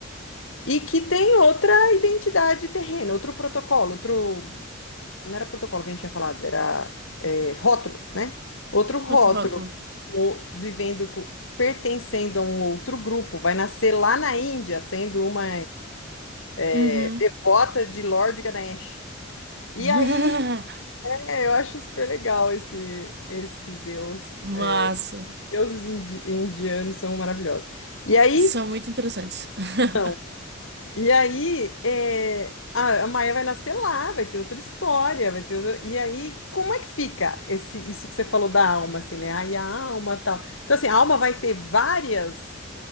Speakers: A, on the left; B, on the right.
A: e que tem outra identidade terrena, outro protocolo, outro não era protocolo que a gente tinha falado, era é, rótulo, né? Outro rótulo,
B: Outro rótulo.
A: o- vivendo com pertencendo a um outro grupo, vai nascer lá na Índia, sendo uma é,
B: Uhum.
A: devota de Lord Ganesh. E
B: <laughs>
A: aí, é, eu acho super legal esse, esse deus.
B: Massa.
A: é, deuses indi- indianos são maravilhosos. E aí,
B: São muito interessantes. <laughs>
A: são. E aí, é, a, a Maia vai nascer lá, vai ter outra história, vai ter outra- E aí, como é que fica esse, isso que você falou da alma, assim, né? Aí a alma tal. Então, assim, a alma vai ter várias,